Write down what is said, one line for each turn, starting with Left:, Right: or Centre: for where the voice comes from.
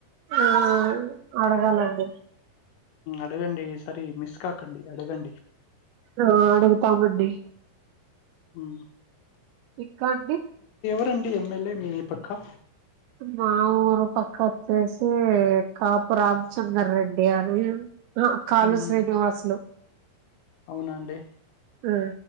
Right: ఆ ఆ అడగాలండి
Left: అడగండి సర మిస్ కాకండి అడగండి
Right: ఆ అడుగుతామండి
Left: మ్మ్
Right: ఇంకా అండి
Left: ఎవరు రండి ఎంఎల్ఏ మీ పక్కా
Right: మా ఊరు పక్క వచ్చేసి కాపు రామచందర్ రెడ్డి అని లుకాళ్లు
Left: ఉమ్,
Right: శ్రీనివాసులు
Left: అవునా అండి
Right: ఆ,